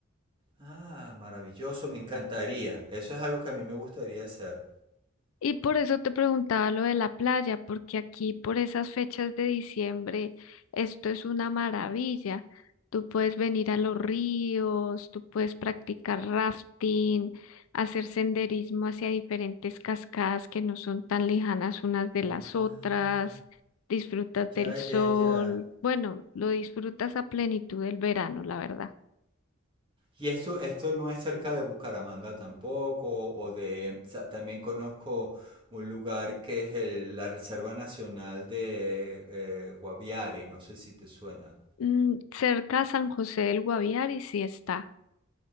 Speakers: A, on the right; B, on the left.
A: Ah, maravilloso, me encantaría. Eso es algo que a mí me gustaría hacer.
B: Y por eso te preguntaba lo de la playa, porque aquí por esas fechas de diciembre esto es una maravilla. Tú puedes venir a los ríos, tú puedes practicar rafting, hacer senderismo hacia diferentes cascadas que no son tan lejanas unas de
A: Ah,
B: las otras, disfrutas del
A: ya,
B: sol,
A: ya, ya.
B: bueno, lo disfrutas a plenitud del verano, la verdad.
A: Y eso, esto no es cerca de Bucaramanga tampoco, o de, o sea, también conozco un lugar que es el- la Reserva Nacional de eh, Guaviare, no sé si te suena.
B: Mm, cerca a San José del Guaviare sí está.